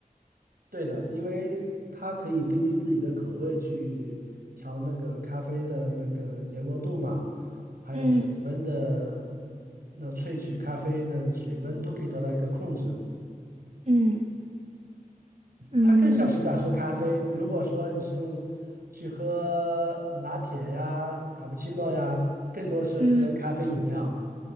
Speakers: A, on the right (about 85°); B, on the right (about 50°).
A: 对的，因为它可以根据自己的口味去调那个咖啡的那个研磨度嘛，还有水温的，
B: 嗯
A: 那萃取咖啡的水温都可以得到一个控制。
B: 嗯嗯
A: 它更像是在喝咖啡。如果说你是用去喝拿铁呀、卡布奇诺呀，更多是喝咖啡饮料
B: 嗯